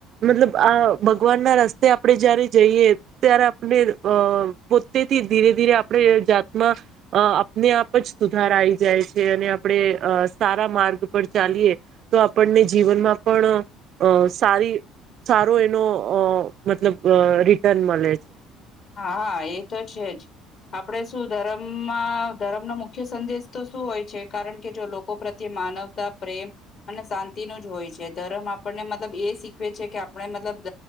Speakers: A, on the right (about 55°); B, on the left (about 55°).
A: મતલબ આ ભગવાન ના રસ્તે આપડે જયારે જઈએ ત્યારે આપણે અહ પોતેથી ધીરે ધીરે આપડે જાતમાં અહ આપને આપ જ સુધારા આવી જાય છે અને આપડે અહ સારા માર્ગ પર ચાલીએ તો આપણને જીવનમાં પણ અહ સારી સારો એનો અહ મતલબ અહ રિટર્ન મલે છે.
B: હાા એ તો છે. જ આપણેે શું ધર્મમાં ધર્મનો મુખ્ય સંદેશ તો શું હોય છે. કારણ કે જો લોકો પ્રત્યે માનવતા પ્રેમ અને શાંતિનું જ હોય છે. ધર્મ આપણને મતલબ એ શીખવે છે. કે આપણે મતલબ